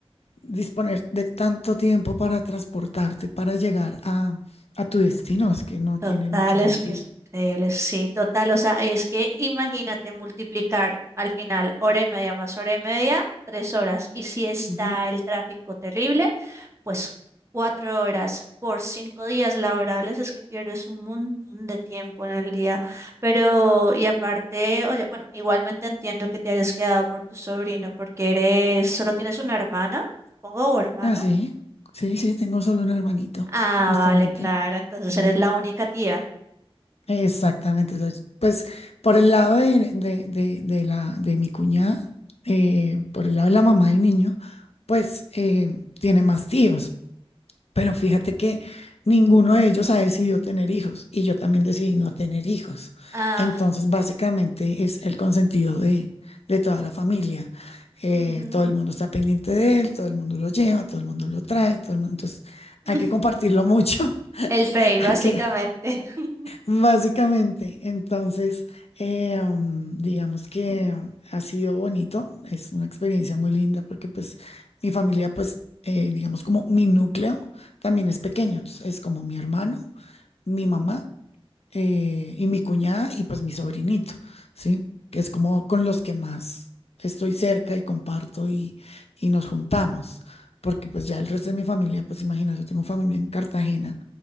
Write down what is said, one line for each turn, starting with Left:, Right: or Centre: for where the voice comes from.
Left: disponer de tanto tiempo para transportarte, para llegar a, a tu destino, es que no
Right: total,
Left: tiene mucho sentido.
Right: es que es increíble, sí, total, o sea, es que imagínate multiplicar al final hora y media más hora y media, tres horas, y si está
Left: Ujú.
Right: el tráfico terrible. pues cuatro horas por cinco días laborables es que pierdes un montón de tiempo en el día. Pero, y aparte, oye, bueno, igualmente entiendo que te hayas quedado por tu sobrino porque eres, solo tienes una hermana, supongo, o hermano.
Left: Ah, sí, sí, sí, tengo solo un hermanito,
Right: Ah,
Left: justamente.
Right: vale, claro, entonces
Left: Mm,
Right: eres la única tía.
Left: Exactamente. entonces, Pues por el lado de, de- de- de la, de mi cuñada, eh, por el lado de la mamá del niño, pues eh, tiene más tíos, Pero fíjate que ninguno de ellos ha decidido tener hijos y yo también decidí no tener hijos.
Right: Ah,
Left: Entonces, básicamente es el consentido de, de toda la familia. Eh,
Right: ujú,
Left: todo el mundo está pendiente de él, todo el mundo lo lleva, todo el mundo lo trae, todo el mundo- Entonces, hay
Right: <laughs>
Left: que compartirlo mucho, <laughs>
Right: El rey,
Left: hay
Right: básicamente.
Left: que,
Right: <laughs>
Left: Básicamente, entonces, eh, mm, digamos que ha sido bonito, es una experiencia muy linda porque pues mi familia, pues, eh, digamos como mi núcleo también es pequeño, es es como mi hermano, mi mamá eh, y mi cuñada y pues mi sobrinito, ¿sí? Que es como con los que más estoy cerca y comparto y, y nos juntamos, porque pues ya el resto de mi familia, pues imagínate, yo tengo familia en Cartagena